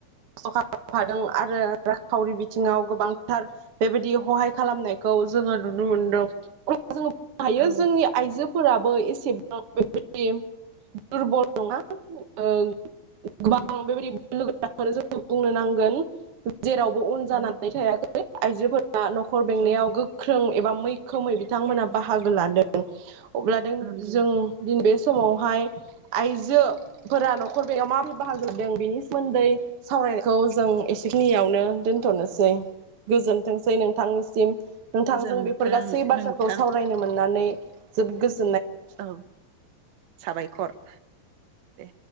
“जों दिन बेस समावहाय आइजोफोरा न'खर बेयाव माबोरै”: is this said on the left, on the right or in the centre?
Right